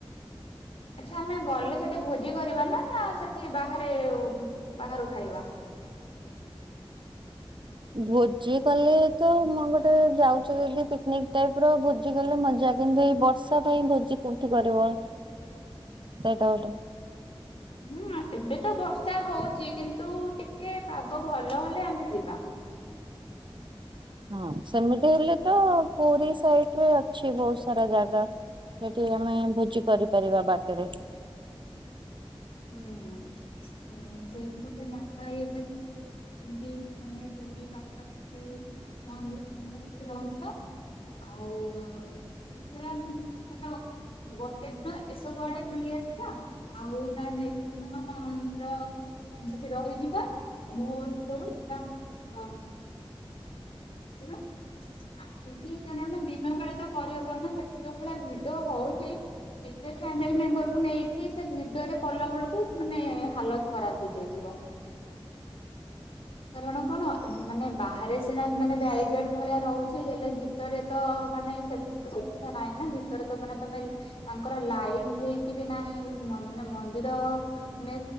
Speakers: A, on the left; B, on the right.
A: ଆଚ୍ଛା ଆମେ ଗଲେ ସେଠି ଭୋଜି କରିବା ନା ନା ସେଠି ବାହାରେ ବାହାରୁ ଖାଇବା। <inaudible>
B: ଭୋଜି କଲେ ତ ମୁଁ ଗୋଟେ ଯାଉଛ ଯଦି ପିକନିକ ଟାଇପ ର ଭୋଜି କଲେ ମଜା କିନ୍ତୁ ଏଇ ବର୍ଷା ପାଇଁ ଭୋଜି କୋଉଠି କରିବ?
A: <inaudible>
B: ସେଟା ଗୋଟେ
A: ହୁଁ ଏବେ ତ ବର୍ଷା ହଉଛି କିନ୍ତୁ ଟିକେ ପାଗ ଭଲ ହେଲେ ଆମେ ଯିବା। <inaudible>
B: ହଁ ସେମିତି ହେଲେ ତ ପୁରୀ ସାଇଡ ରେ ଅଛି ବହୁତ ସାରା ଜାଗା। ସେଠି ଆମେ ଭୋଜି କରିପାରିବା ବାଟରେ।
A: ହୁଁ ସେଇଠି ଗୋଟେ ଜାଗା ୟେ କରି ଯେମତି ମାନେ ପୁରୀ ପାଖାପାଖି ମନ୍ଦିର ପାଖାପାଖି ରହିବା। ଆଉ ଏଥର ଆମେ <unintelligible> ଗୋଟେ ଦିନ ଏସବୁ ଆଡେ ବୁଲି ଆସିବା ଆଉ ତା ନେକ୍ସ ଦିନ ର ସେଠି ରହିଯିବା ଭୋରୁ ଭୋରୁ ଯିବା ହଁ। ଶିବା ଆସିକିଣ ଦିନ ବେଳେ ତ କରିବା ପନା ସେଠି ଯୋଉ ଭଳିଆ ଭିଡ ହଉଛି। ଫାମିଲି ମେମ୍ବରକୁୁ ନେଇକି ସେ ଭିଡ଼ରେ କଲା ବେଳକୁ ମାନେ ହାଲତ ଖରାପ ହେଇଯାଇଥିବ। କାରଣ କଣ ମାନେ ବାହାରେ ସିନା ମାନେ ବ୍ୟାଡିଗାଡ ଭଳିଆ ରହୁଛି ହେଲେ ଭିତରେ ତ ମାନେ ସେମିତି ସୁବିଧା ନାହିଁ ନା ଭିତରେ ତ ମାନେ ତମେ ତାଙ୍କର ଲାଇନ ହେଇକି ବି ନାହିଁ ମ ମାନେ ମନ୍ଦିର ମାନେ